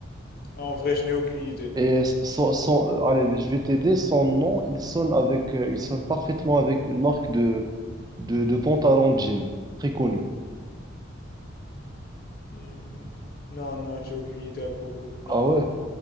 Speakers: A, on the left; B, on the right.
A: Ah, en vrai, je n'ai aucune idée.
B: Et son, son- euh, allez, je vais t'aider. Son nom, il sonne avec, euh, il sonne parfaitement avec une marque de, de, de pantalon de jean, très connue.
A: Hmm, non, non, j'ai aucune idée à propos.
B: Ah
A: Non,
B: ouais?